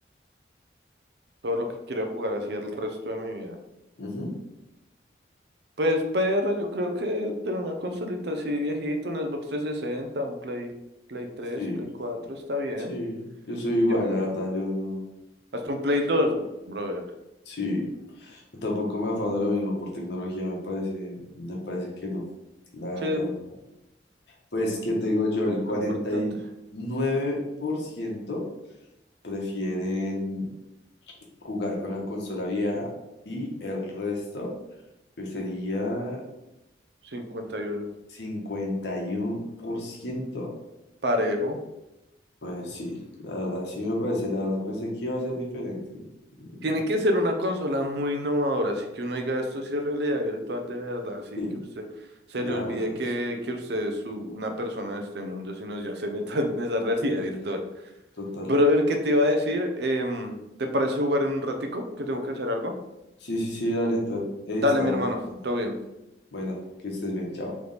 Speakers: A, on the right; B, on the left.
A: Todo lo que quiero jugar así el resto de mi vida.
B: Ujú.
A: Pues perro, yo creo que tener una consolita así viejita, un Xbox 360, un Play, Play 3,
B: Sí,
A: Play 4, está bien.
B: sí, yo soy igual,
A: Yo,
B: la verdad, yo no.
A: hasta un Play 2, brother.
B: Sí, yo tampoco me afano lo mismo por tecnología, me parece, me parece que no, la
A: Sí,
B: verdad. no. Pues, ¿qué te digo yo? El cuarenta
A: lo importante,
B: y nueve por ciento prefieren jugar con la consola vieja y el resto que sería
A: 51.
B: cincuenta y uno por ciento
A: Parejo.
B: Pues sí, la verdad, sí me parece, la verdad pensé que iba a ser diferente. Mm,
A: Tiene que ser una consola muy innovadora, así que uno diga esto sí es realidad virtual de verdad, así
B: Sí,
A: que usted se
B: la
A: le olvide
B: verdad,
A: que,
B: sí,
A: que usted es su- una persona de este mundo, sino ya se meta <laughs> en esa realidad
B: total,
A: virtual.
B: total.
A: Brother, ¿qué te iba a decir? Em, ¿te parece jugar en un ratico? Que tengo que hacer algo.
B: Sí, sí, sí, dale, to- estamos
A: Dale, mi hermano,
B: hablando.
A: todo bien.
B: Bueno, que estés bien, chao.